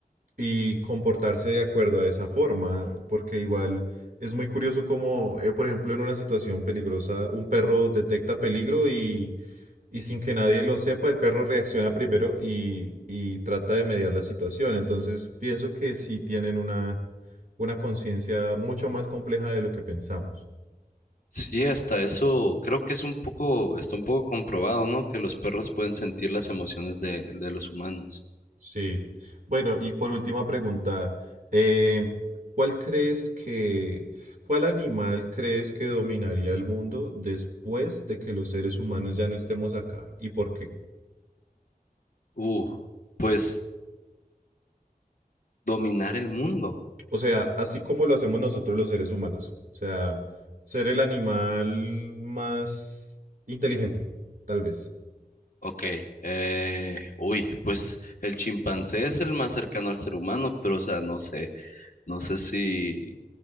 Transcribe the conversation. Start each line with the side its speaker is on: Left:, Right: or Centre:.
Right: y comportarse de acuerdo a esa forma, porque igual... Es muy curioso como, eh, por ejemplo, en una situación peligrosa, un perro detecta peligro y sin que nadie lo sepa, el perro reacciona primero y, y trata de mediar la situación. Entonces, pienso que sí tienen una, una conciencia mucho más compleja de lo que pensamos.
Left: Sí, hasta eso creo que es un poco, está un poco comprobado, ¿no? Que los perros pueden sentir las emociones de, de los humanos.
Right: Sí. Bueno, y por última pregunta, eh, ¿cuál crees que, cuál animal crees que dominaría el mundo después de que los seres humanos ya no estemos acá? ¿Y por qué?
Left: Uh, pues dominar el mundo.
Right: O sea, así como lo hacemos nosotros los seres humanos. O sea, ser el animal más inteligente, tal vez.
Left: Ok, eh, uy, pues el chimpancé es el más cercano al ser humano, pero o sea, no sé, no sé si...